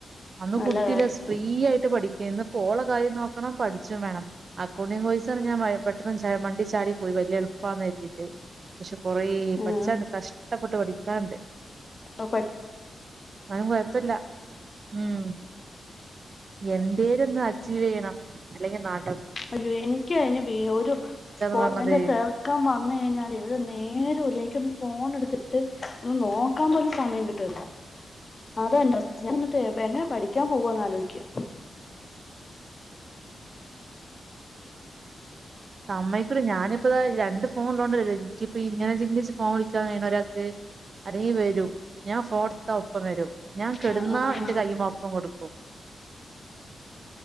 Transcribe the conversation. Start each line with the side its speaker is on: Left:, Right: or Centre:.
Right: അന്ന്
Left: നല്ല
Right: കുട്ടില്ല
Left: കാര്യം
Right: ഫ്രീ ആയിട്ട് പഠിക്കേന്ന് ഓളെ കാര്യം നോക്കണം പഠിച്ചും വേണം അക്കൗണ്ടിങ് കോയിസ് ഞാൻ പെട്ടന്ന് മണ്ടി ചാടി പോയി വലിയ എളുപ്പാന്ന് കർത്തിട്ട് പക്ഷെ കൊറെ
Left: ആഹ്
Right: പഠിച്ചാണ്ട് കഷ്ടപ്പെട്ട് പഠിക്കാണ്ട്
Left: ആപ്പ പ
Right: ന്നാലും കൊഴപ്പല്ല ഉം എന്തേലും ഒന്ന് അച്ചീവ് ചെയ്യണം അല്ലെങ്കിൽ നട
Left: അയ്യോ എനിക്ക് അയിന് ഒരു -ബി-
Right: പറഞ്ഞത്
Left: എന്റെ ചേർ നക്കാൻ വന്നു കഴിഞ്ഞാല് ഒരു നേരുല്ല എനിക്കൊന്ന് ഫോൺ എടുത്തിട്ട് ഒന്ന് നോക്കാൻ പോലും സമയം കിട്ടു അതന്നോ ഞാൻ എന്നിട്ട് എന്നാ പഠിക്കാൻ പോവാന്ന് ആലോയിക്കാ
Right: സമ്മയികൂല ഞാനിപ്പതാ രണ്ട് ഫോണ് ള്ളൊണ്ട് അല്ലെ എനിക്കിപ്പം ഇങ്ങനെ <unintelligible> ഫോൺ വിളിക്കാൻ കയ്യിനെ ഒരാൾക്ക് അല്ലെങ്കി വരും ഞാൻ ഫോണ്ട്ത്താ ഒപ്പം വരും ഞാൻ കെട്ന്നാ
Left: ആഹ് ആഹ്
Right: എന്റെ കൈ്മ ഒപ്പം കെടുക്കും